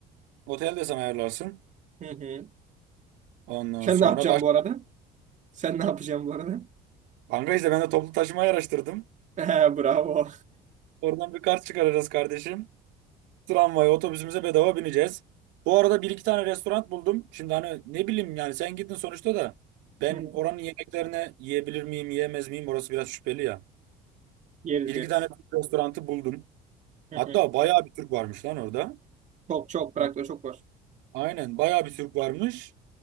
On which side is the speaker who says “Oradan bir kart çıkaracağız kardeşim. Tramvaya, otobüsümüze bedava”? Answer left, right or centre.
Right